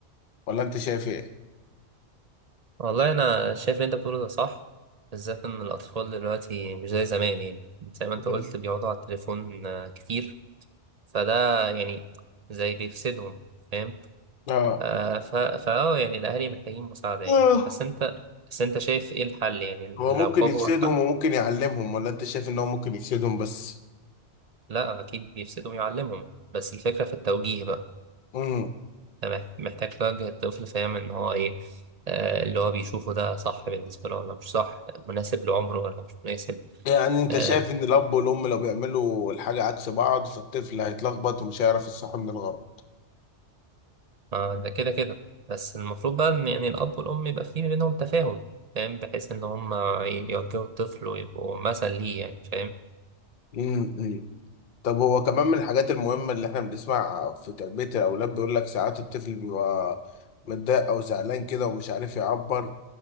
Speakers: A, on the left; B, on the right.
A: ولا أنت شايف إيه؟
B: والله انا شايف اللي انت بتقوله ده صح بالذات ان الاطفال دلوقتي مش زي زمان يعني زي ما انت
A: مم.
B: قلت بيقعدوا على التليفون آه، كتير فده يعني زي بيفسدهم فاهم
A: آه
B: آه ف فاه يعني الاهالي محتاجين مساعده يعني
A: آه.
B: بس انت بس انت شايف ايه الحل يعني
A: هو
B: العقاب
A: ممكن يفسدهم
B: هو الحل
A: وممكن يعلمهم ولا أنت شايف إن هو ممكن يفسدهم بس؟
B: لا اكيد بيفسدهم يعلمهم بس الفكره في التوجيه بقى
A: مم.
B: أنت مح- محتاج توجه الطفل فاهم ان هو ايه آه، اللي هو بيشوفه ده صح بالنسبة له ولا مش صح مناسب لعمره ولا مش مناسب
A: يعني أنت
B: آه،
A: شايف إن الأب والأم لو بيعملوا الحاجة عكس بعض فالطفل هيتلخبط ومش هيعرف الصح من الغلط.
B: آه ده كده كده بس المفروض بقى ان يعني الاب والام يبقى في بينهم تفاهم فاهم بحيث ان هم يوجهوا الطفل ويبقوا مثل ليه يعني فاهم
A: مم. مم. طب هو كمان من الحاجات المهمة اللي إحنا بنسمع في تربية الأولاد بيقول لك ساعات الطفل بيبقى متضايق أو زعلان كده ومش عارف يعبر